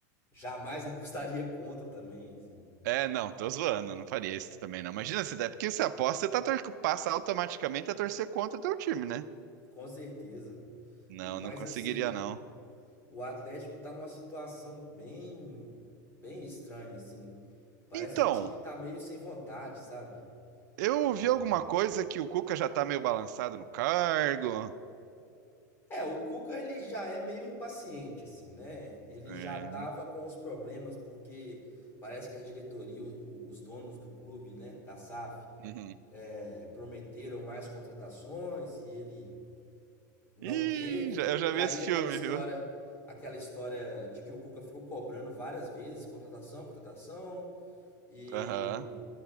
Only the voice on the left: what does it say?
jamais <laughs> apostaria contra também, assim.
Com certeza.
E- Mas
assim,
o Atlético tá numa situação bem, bem estranha, assim. Parece
que o time tá meio sem vontade, sabe?
E
é, o Cuca ele já é meio impaciente, assim, né? Ele
já tava com os problemas porque parece que a diretoria, o- o- os donos do clube, né, da SAF,
é, prometeram mais contratações e ele não
teve.
E
aí
aquela
história,
aquela história de que o Cuca ficou cobrando várias vezes, contratação, contratação, e,